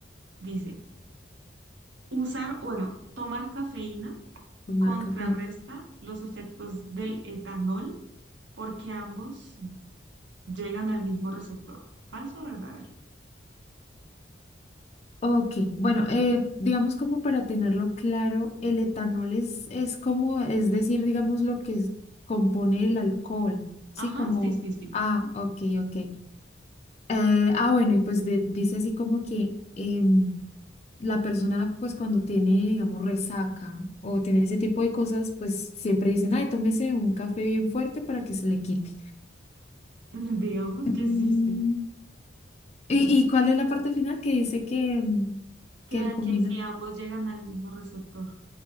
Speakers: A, on the right; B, on the left.
A: Dice, usar, bueno, tomar cafeína
B: tu marca
A: contrarresta los efectos del etanol porque ambos llegan al mismo receptor. ¿Falso o verdadero?
B: Ok, bueno, eh, digamos como para tenerlo claro, el etanol es, es como, es decir, digamos lo que es- compone el alcohol, ¿sí?
A: Ajá,
B: Como,
A: sí, sí, sí.
B: ah,
A: Ujú.
B: ok, ok. Eh, ah, bueno, y pues de- dice así como que em, la persona, pues cuando tiene, digamos, resaca o tiene ese tipo de cosas, pues siempre dicen, ay, tómese un café bien fuerte para que se le quite.
A: <laughs> Digamos
B: Em,
A: que sí, sí.
B: ¿y, y cuál es la parte final que dice que, em, que
A: Que,
B: él combina?
A: que si ambos llegan al mismo receptor.